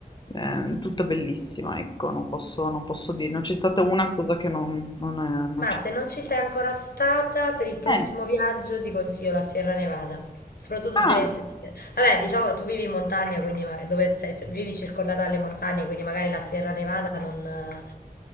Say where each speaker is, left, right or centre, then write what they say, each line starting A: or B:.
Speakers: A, on the left (about 30°); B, on the left (about 80°).
A: eh, tutto bellissimo, ecco, non posso, non posso dire, non c'è stata una cosa che non, non, è- non
B: Ma
A: c'è.
B: se non ci sei ancora stata, per il prossimo
A: Eh,
B: viaggio ti consiglio la Sierra Nevada. Soprattutto
A: ah,
B: se, se ti piace. Vabbè, diciamo che tu vivi in montagna, quindi ma- dove sei- cioè, vivi circondata dalle montagne, quindi magari la Sierra Nevada non, eh,